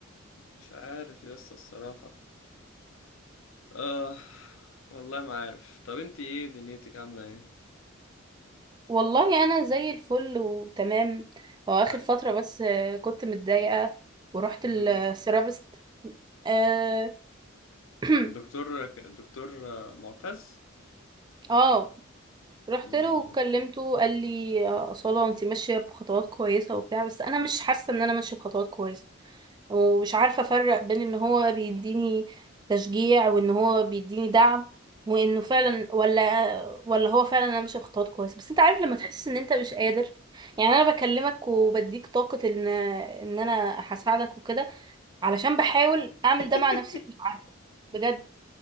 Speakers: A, on the left; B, on the right.
A: مش عارف يا اسطى الصراحة آه والله ما عارف طب انت ايه دنيتك عاملة ايه
B: والله انا زي الفل وتمام هو اخر
A: آه،
B: فترة بس آه، كنت متضايقة ورحت
A: مم.
B: الثيرابيست اه <clears throat>
A: الدكتور ك- الدكتور آه، معتز
B: اه رحت
A: مم.
B: له وكلمته قال لي آه، أصالة انت ماشية بخطوات كويسة وبتاع بس أنا مش حاسة إن أنا ماشية بخطوات كويسة ومش عارفة أفرق بين إن هو بيديني تشجيع وإن هو بيديني دعم وإنه فعلا
A: مم.
B: ولا ولا هو فعلا أنا ماشية بخطوات كويسة بس أنت عارف لما تحس إن أنت مش قادر يعني أنا بكلمك وبديك طاقة إن إن أنا هساعدك وكده علشان بحاول أعمل
A: <laughs>
B: ده مع نفسي ومش عارفة بجد